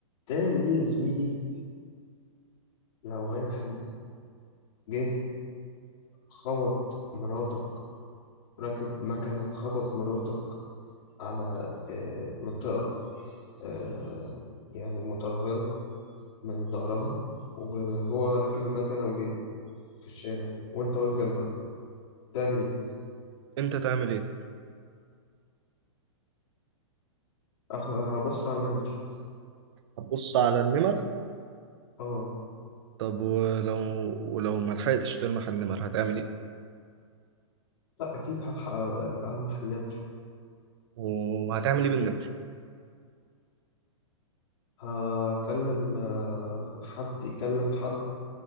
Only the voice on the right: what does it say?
انت تعمل ايه
هتبص على النمر
طب ولو ولو ما لحقتش تلمح النمر هتعمل ايه
وهتعمل ايه بالنمر